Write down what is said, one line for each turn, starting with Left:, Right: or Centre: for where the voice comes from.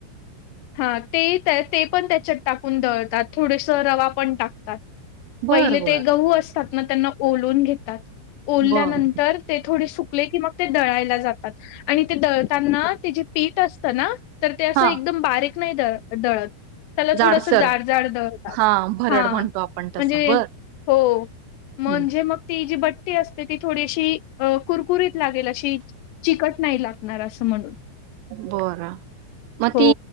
Left: हा ते त्या ते पण त्याच्यात टाकून दळतात थोडस रवा पण टाकतात
Right: बर
Left: पहिले ते
Right: बर
Left: गहू असतात ना त्यांना ओलून घेतात ओलल्यानंतर
Right: बर
Left: ते थोडे सुकले की मग ते दळायला जातात आणि ते दळताना ते जे पीठ असतं ना तर ते असं
Right: हा
Left: एकदम बारीक नाही द दळत त्याला
Right: जाडसर
Left: थोडस जाड जाड दळतात
Right: हा भरड
Left: हा
Right: म्हणतो
Left: म्हणजे
Right: आपण तसं बर
Left: हो म्हणजे
Right: हम्म
Left: मग ती जी बट्टी असते ती थोडीशी कुरकुरीत लागेल अशी चिकट नाही लागणार असं म्हणून
Right: बरं मग
Left: हो
Right: ती